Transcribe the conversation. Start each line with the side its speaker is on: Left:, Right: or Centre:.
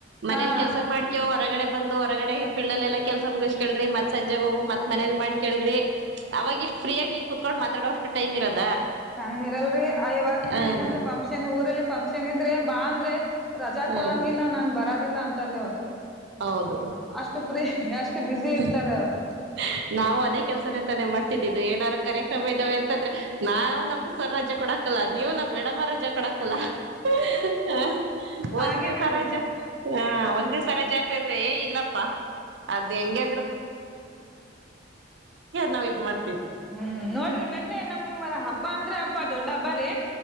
Right: ಮನೆಯಲ್ಲಿ
Centre: ಹಾ
Right: ಕೆಲಸ ಮಡಿಕೇವ ಒರ್ಗಡೆ ಬಂದು ಒರ್ಗಡೆ ಫೀಲ್ಡ್ಲಾಲೆಲ್ಲ ಕೆಲಸ ಮೊಗಸಕಂಡ್ರಿ ಮತ್ ಸಂಜೆ ಹೂಗು ಮತ್ ಮನೆಲ್ಲಿ ಮಾಡ್ಕಂಡ್ರಿ ಛಪ್ ಅವಾಗ ಇಷ್ಟು ಫ್ರೀಗಿ ಕೊತ್ಕೊಂಡು ಮದಷ್ಟು ಟೈಮ್ ಇರಲ್
Centre: ಟೈಮ್ ಇರಲ್ರಿ ಅ ಈವಾಗ
Right: ಹ್ಮ್
Centre: ಏನಾದ್ರು <unintelligible> ರೇ ಬಾಂದ್ರೆ ರಜೆ
Right: ಹ್ಮ್
Centre: ಕೋಡಂಗಿಲ್ಲ ನಾನು ಬರದಿಲ್ಲ ಅಂದ್ <unintelligible>
Right: ಹೌದು
Centre: ಅಷ್ಟು ಫ್ರೀ
Right: <unintelligible>
Centre: ಬ್ಯುಸಿ ಇರ್ತಾರ ಅವ್ರು
Right: ನಾವು ಅದೇ ಕೆಲಸನೆ ತಾನೆ ಮಾಡತಿದಿದ್ದು ಏನಂದ್ರು ಕಾರ್ಯಕರ್ಮ ಇದವೇ ಅಂತಿದ್ದರೆ ನಾವು ನಮ್ಮ ಸರ್ <unintelligible> <inaudible> ನೀವು ನಮ್ಮ ಮೇಡಂರವರ ರಜೆ ಕೊಡೆಕಲ್ಲ <unintelligible>
Centre: ಹಾಗೆ ನೋಡ್ರಿ
Right: ಹ <inaudible> <unintelligible> <inaudible> ನಂಗೆ ನಾವ ಇದು ಮಾಡ್
Centre: ಹ್ಮ್ಮ್ ನೋಡ್ರಿ ಮೊನ್ನೆ ನಮ್ಮ ಹಬ್ಬ ಅಂದ್ರ ಬ ದೊಡ್ಡ ಹಬ್ಬ ರಿ.